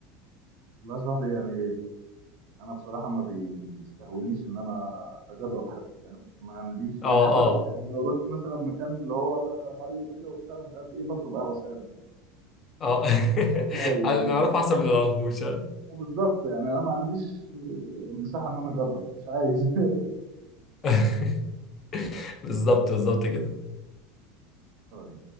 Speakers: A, on the right; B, on the left.
A: والله يا صاحبي يعني انا بصراحه ما بيستهونيش ان انا اجرب حتى فاهم ما عنديش يعني
B: اه
A: حتى
B: اه
A: لو يعني لو رحت مثلا مكان اللي هو هاي كده وبتاع مش عارف ايه بطلب قهوه ساده عادي
B: اه
A: او
B: <laughs>
A: شاي
B: اللي
A: يعني
B: نعرفه احسن من اللي ما نعرفوش
A: بالظبط يعني انا ما عنديش مساحه ان انا اجرب مش عايز <laughs>
B: <laughs> بالظبط بالظبط كده
A: طيب